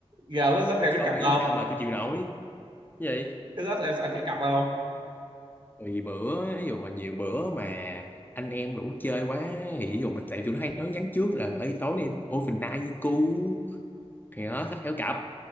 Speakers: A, on the right (about 50°); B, on the left (about 15°).
A: giờ có xách theo
B: chứ
A: cái
B: ông
A: cặp
B: nghĩ
A: không
B: sao mà tôi chịu nổi Cái gì
A: có xách theo sẵn cái cặp không
B: tùy bữa ví dụ mà nhiều bữa mà anh em đủ chơi quá thì ví dụ mình tại tụi nó hay nói nhắn trước là ấy tối nay ô phình nai với cu thì nó thách theo cặp